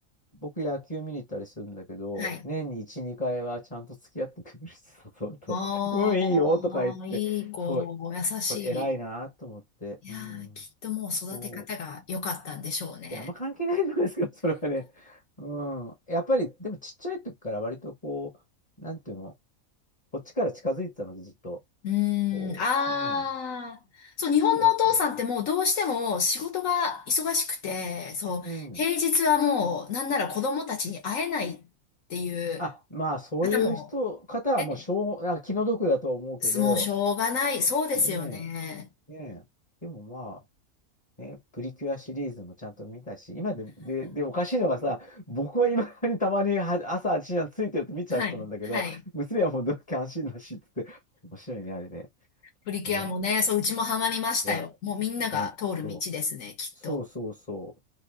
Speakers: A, on the left; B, on the left.
A: 僕野球見に行ったりするんだけど、
B: はい。
A: 年に1、2回はちゃんと付き合ってくれる人と、と、
B: あ
A: <laughs> うん、いいよとか言って、
B: あ、いい子、
A: そう、
B: 優しい。
A: そう、偉いなと思って、
B: いやー、
A: うん、
B: きっともう育て方が良かったんでしょうね。
A: そう。いや、あんま関係ないじゃないですか、<laughs> それはね。うん。やっぱり、でもちっちゃい時から割とこう、なんていうの、こっちから近づいてたので、ずっと。
B: うーん、
A: こう、
B: ああ、
A: うん。
B: そう、日本のお父さんってもうどうしても仕事が忙しくて、
A: そうそうそ
B: そう、
A: う。うん。
B: 平日はもうなんなら子供たちに会えないっていう
A: あ、まあ、そういう人、
B: 方も、
A: 方はもう、
B: ね、
A: しょう、なんか気の毒だと思うけど、
B: もうしょうがない、そうですよね。
A: ねえ、ねえ。でもまあ、ね、プリキュアシリーズもちゃんと見たし、今で、で、で、おかしいのがさ、僕は今にたまには朝8時についてると見ちゃう人なんだけど、
B: はい、はい。
A: 娘はもう同期安心だしっつって、面白いね、あれね。
B: プリキュアもね、
A: ね。
B: そう、うちもハマりましたよ。
A: いや、
B: もうみんなが通る道ですね、
A: ね、そ
B: きっと。
A: う。そうそうそ